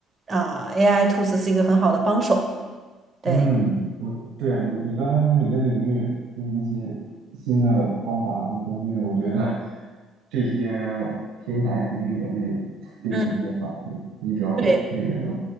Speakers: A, on the right; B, on the right.
A: 啊 AI tools 是一个很好的帮手。对，
B: 嗯，我对啊，你你刚才说你的领域就是一些新的方法和工具，我觉得这些平台肯定也会给你一些反馈，
A: 嗯。
B: 你只要那个能
A: 对。